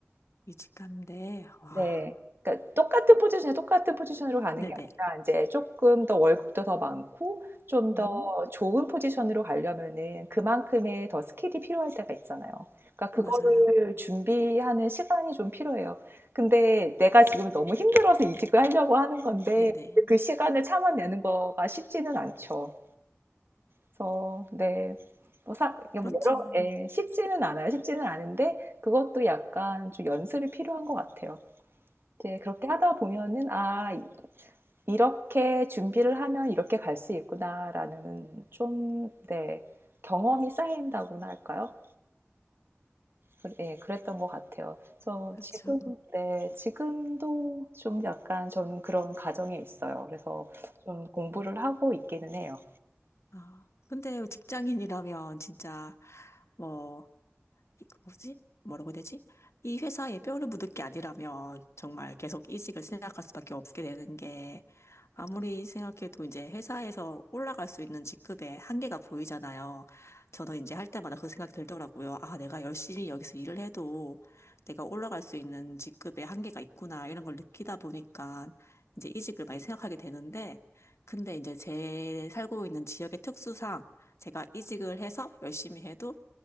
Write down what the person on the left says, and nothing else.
이직한데, 와.
네네.
음,
맞아요.
네네.
그렇죠.
그렇죠.
아, 근데 직장인이라면 진짜, 뭐, 이거 뭐지? 뭐라고 해야 되지? 이 회사에 뼈를 묻을 게 아니라면 정말 계속 이직을 생각할 수밖에 없게 되는 게 아무리 생각해도 이제 회사에서 올라갈 수 있는 직급의 한계가 보이잖아요. 저는 이제 할 때마다 그 생각이 들더라고요. 아, 내가 열심히 여기서 일을 해도 내가 올라갈 수 있는 직급의 한계가 있구나 이런 걸 느끼다 보니까 이제 이직을 많이 생각하게 되는데 근데 이제 제 살고 있는 지역의 특수상 제가 이직을 해서 열심히 해도